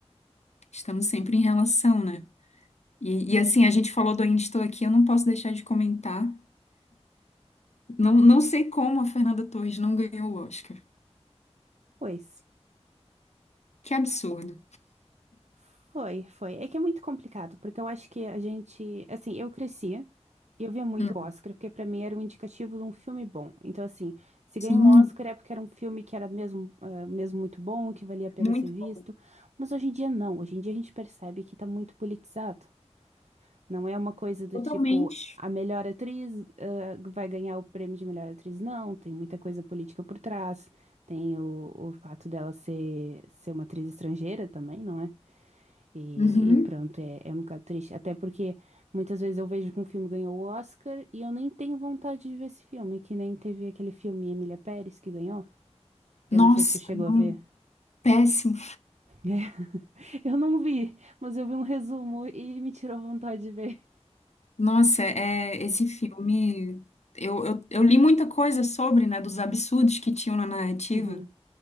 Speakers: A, on the left; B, on the right.
A: estamos sempre em relação, né? E, e, assim, a gente falou do Ainda Estou Aqui, eu não posso deixar de comentar. Não, não sei como a Fernanda Torres não ganhou o Oscar.
B: Pois.
A: Que absurdo.
B: Foi, foi. É que é muito complicado, porque eu acho que a gente, assim, eu cresci e eu via muito
A: Hum.
B: Oscar, porque pra mim era um indicativo de um filme bom. Então, assim, se
A: Sim,
B: ganha um Oscar é porque era um filme que era mesmo, eh, mesmo muito bom, que valia a pena
A: muito
B: ser visto.
A: bom.
B: Mas hoje em dia não. Hoje em dia a gente percebe que tá muito politizado. Não é uma coisa do
A: Totalmente.
B: tipo, a melhor atriz, ah, vai ganhar o prêmio de melhor atriz. Não, tem muita coisa política por trás. Tem o, o fato dela ser, ser uma atriz estrangeira também, não é? E,
A: Uhum.
B: e pronto, é, é um bocado triste. Até porque muitas vezes eu vejo que um filme ganhou o Oscar e eu nem tenho vontade de ver esse filme, que nem teve aquele filme Emília Pérez que ganhou.
A: Nossa,
B: Eu não sei se tu chegou
A: não.
B: a ver.
A: Péssimo.
B: <laughs> Eu não vi, mas eu vi um resumo e me tirou vontade de ver.
A: Nossa, é, esse filme. Eu, eu, eu li muita coisa sobre, né, dos absurdos que tinham na narrativa.
B: Uhum.